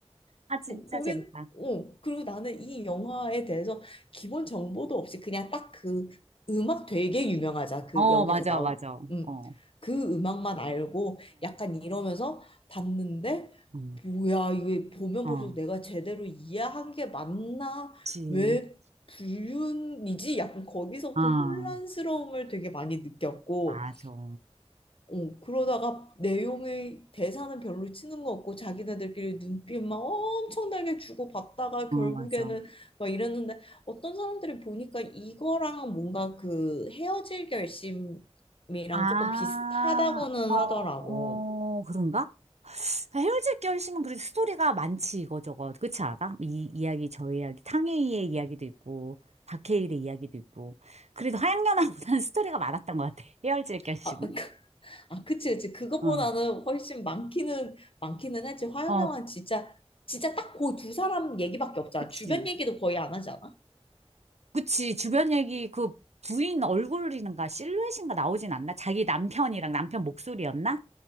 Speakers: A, on the right; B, on the left.
A: 아 진짜
B: 거기
A: 재밌다.
B: 어 그리고 나는 이 영화에 대해서 기본 정보도 없이 그냥 딱 그 음악 되게 유명하자 그
A: 어,
B: 여기서
A: 맞아,
B: 나온
A: 맞아. 어,
B: 음,
A: 어,
B: 그 음악만 알고 약간 이러면서 봤는데
A: 어
B: 뭐야 이게 보면
A: 어,
B: 볼수록 내가 제대로 이해한 게 맞나
A: 그치.
B: 왜 불륜이지 약간 거기서부터
A: 아,
B: 혼란스러움을 되게 많이 느꼈고
A: 맞아. 어,
B: 어, 그러다가 내용의 대사는 별로 치는 거 없고 자기네들끼리 눈빛 막 엄청나게 주고받다가 결국에는
A: 맞아.
B: 막 이랬는데 어떤 사람들이 보니까 이거랑 뭔가 그 헤어질 결심이랑
A: 아,
B: 조금 비슷하다고는
A: 어,
B: 하더라고.
A: 그런가? 아, 헤어질 결심은 그래도 스토리가 많지, 이거 저거. 그렇지 않아? 이 이야기, 저 이야기, 탕웨이의 이야기도 있고, 박해일의 이야기도 있고. 그래도 하양연화보다는 <laughs> 스토리가 많았던 것 같아. 헤어질 결심은.
B: 아, <laughs> 그- 아 그치 그치 그것보다는
A: 어,
B: 훨씬 많기는 많기는 했지. 화영영은
A: 어,
B: 진짜 진짜 딱 그 두 사람 얘기밖에 없잖아.
A: 그치.
B: 주변 얘기도 거의 안 하잖아.
A: 그치, 주변 얘기, 그 부인 얼굴인가 실루엣인가 나오진 않나? 자기 남편이랑 남편 목소리였나?